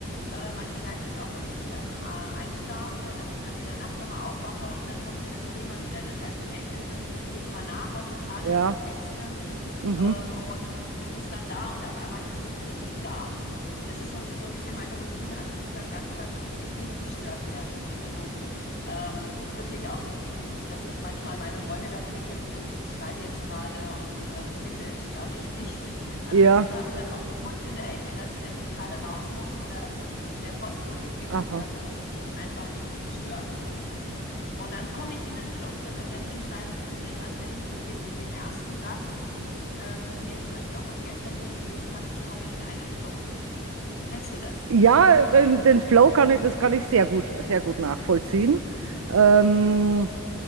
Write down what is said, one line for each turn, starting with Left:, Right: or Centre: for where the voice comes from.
Left: äh, manchmal merke ich es auch, wenn ich ähm, äh, einschlafe, dass ich dann in der Nacht nochmal aufwache und dann kommt mir das Thema wieder. Das heißt, ich denke über dieses Thema nach, was ich gerade
Right: ja,
Left: betexte,
Right: mhm.
Left: ähm, und es, es ist dann da und auf einmal ist es griffig da. Das ist so ein, so ein bisschen meine Routine. Also wie gesagt, ganz, ganz wichtig, nicht gestört werden. Also ähm, wirklich auch, äh, dass ich manchmal meine Freunde darum bitte, du, ich, ich schreibe jetzt gerade und ähm, bitte stör mich nicht. Am
Right: Ja,
Left: liebsten habe ich dann Hund in der Ecke, dass er nicht gerade raus muss oder irgendwie der Postbote klingelt
Right: aha.
Left: oder so, sondern einfach nicht stören lassen. Und dann komme ich in den Flow. Also wenn ich im Schreiben drin bin, also wenn ich den, den, den ersten Satz ähm, mir zum Beispiel auch von gestern durchgelesen habe, ich komme in einen Flow hinein. Kennst du das?
Right: Ja, den, den Flow kann ich, das kann ich sehr gut, sehr gut nachvollziehen. Ähm,